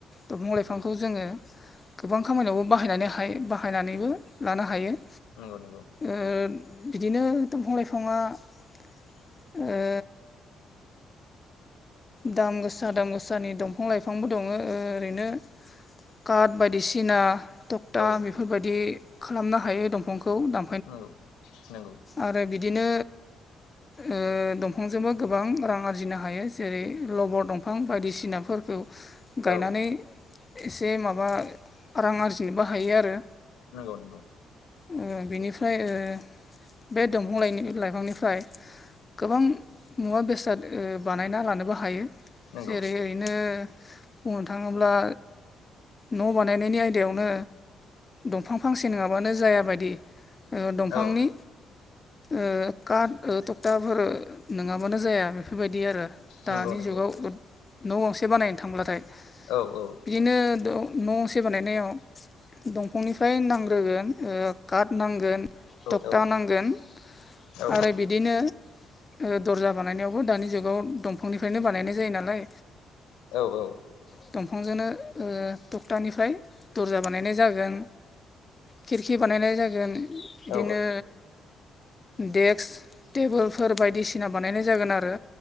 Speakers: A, on the left; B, on the left.
A: दंफां लाइफां। खौ जोङो गोबां खामानियावबो बाहायनानैहाय बाहायनानैबो लानो हायो।
B: नंगौ नंगौ।
A: ओ बिदिनो दंफां लाइफाङा ओ। दाम गोसा दाम गोसानि दंफां लाइफांबो दङ ओरैनो। काट बायदिसिना थक्था
B: औ
A: बेफोरबायदि खालामनो हायो दंफांखौ दा
B: नंगौ नंगौ।
A: आरो बिदिनो ओ दंफांजोंबो गोबां रां आरजिनो हायो। जेरै लबर दंफां बायदि सिनाफोरखौ गायनानै
B: औ
A: एसे माबा रां आरजिनोबो हायो आरो।
B: नोंगौ नोंगौ।
A: ओ बिनिफ्राय ओ बे दंफां लाइ लाइफांनिफ्राय गोबां मुवा बेसाद ओ बानायना लानोबो हायो
B: नंगौ
A: जेरै ओ ओइनो बुंनो थाङोब्ला न' बानायनायनि आयदायावनो दंफां फांसे नोङाबानो जायाबायदि। ओ दंफांनि
B: औ
A: ओ कात ओ थक्टाफोर नोङाबानो जाया बेफोरबायदि आरो। दानि
B: नंगौ नंगौ
A: जुगाव न' गंसे बानायनो थांब्लाथाय।
B: औ औ।
A: बिदिनो द न' से बानायनायाव। दंफांनिफ्राय नांग्रोगोन ओ काट नांगोन।
B: औ
A: थक्था
B: औ
A: नांगोन
B: औ
A: आरो। बिदिनो ओ दर्जा बानायनायावबो दानि जुगाव। दंफांनिफ्रायनो बानायनाय जायो नालाय
B: औ
A: ओ। दंफांजोंनो ओ थखथानिफ्राय दर्जा बानायनाय जागोन। खिरखि बानायनाय जागोन बिदिनो।
B: औ
A: देक्स टेबोलफोर बायदिसिना बानायनाय जागोन आरो।